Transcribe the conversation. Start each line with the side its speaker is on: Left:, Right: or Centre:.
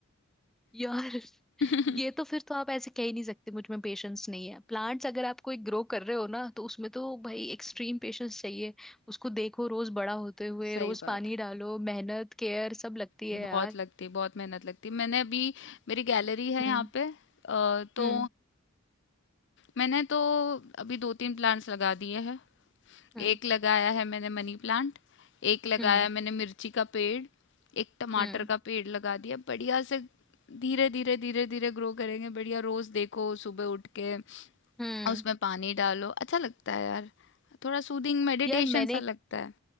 Centre: यार
Left: <laughs> हम्म,
Centre: ये तो फिर तो आप ऐसे कह ही नहीं सकते मुझ में पेशेंस नहीं है प्लांट्स अगर आप कोई ग्रो कर रहे हो ना तो उसमें तो भाई एक्सट्रीम पेशेंस चाहिए उसको देखो रोज बड़ा होते हुए
Left: सही
Centre: रोज
Left: बात
Centre: पानी डालो मेहनत केयर सब लगती
Left: है
Centre: है
Left: बहुत
Centre: यार
Left: लगती है बहुत मेहनत लगती है मैंने अभी मेरी गैलरी है यहाँ
Centre: हम्म
Left: पे अ, तो
Centre: हम्म
Left: मैंने तो अभी दो तीन प्लांट्स लगा दिए हैं
Centre: हम्म
Left: एक लगाया है मैंने मनी प्लांट एक लगाया
Centre: हम्म
Left: मैंने मिर्ची का पेड़ एक टमाटर
Centre: हम्म
Left: का पेड़ लगा दिया बढ़िया से धीरे धीरे धीरे धीरे ग्रो करेंगे बढ़िया रोज देखो सुबह उठ के
Centre: हम्म
Left: उसमें पानी डालो अच्छा लगता है यार थोड़ा सूदिंग मेडिटेशन
Centre: यार मैंने
Left: सा लगता है